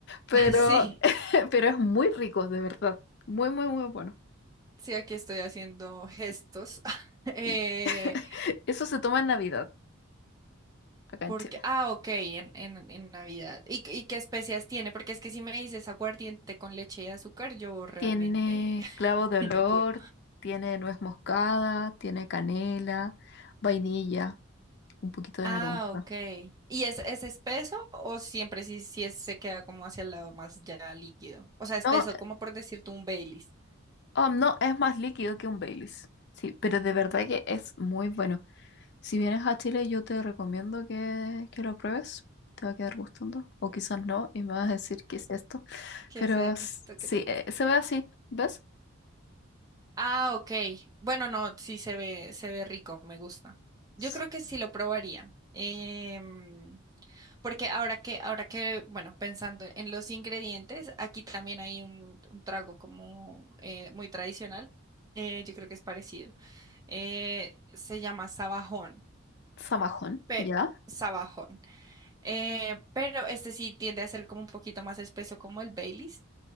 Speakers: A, on the left; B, on the right.
A: pero,
B: <laughs> Sí,
A: <laughs> pero es muy rico, de verdad. Muy, muy, muy bueno.
B: sí, aquí estoy haciendo gestos.
A: Y,
B: <laughs> Eh,
A: y <laughs> eso se toma en Navidad, acá
B: porque,
A: en Chile.
B: ah, ok, en, en, en Navidad. ¿Y, qué- y qué especias tiene? Porque es que si me dices aguardiente con leche y azúcar, yo realmente
A: Tiene
B: <laughs>
A: clavo de
B: no
A: olor,
B: puedo.
A: tiene nuez moscada, tiene canela, vainilla, un poquito de
B: Ah,
A: naranja.
B: ok. ¿Y es, es espeso o siempre sí, sí es- se queda como hacia el lado más ya líquido? O sea, espeso,
A: No,
B: como por decirte un Baileys.
A: oh, no, es más líquido que un Baileys. Sí, pero de verdad que es muy bueno. Si vienes a Chile, yo te recomiendo que, que lo pruebes. Te va a quedar gustando. O quizás no, y me vas a decir qué es esto.
B: ¿Qué
A: Pero
B: es esto?
A: s- sí,
B: ¿Qué te pasa?
A: eh, se ve así, ¿ves?
B: Ah, ok. Bueno, no, sí se ve, se ve rico, me gusta. Yo
A: S-
B: creo que sí lo probaría. em, porque ahora que, ahora que, bueno, pensando en los ingredientes, aquí también hay un, un trago como eh, muy tradicional. eh, yo creo que es parecido. eh, se llama sabajón.
A: Zamajón,
B: Pe-
A: ¿ya?
B: sabajón. eh, pero este sí tiende a ser como un poquito más espeso como el Baileys.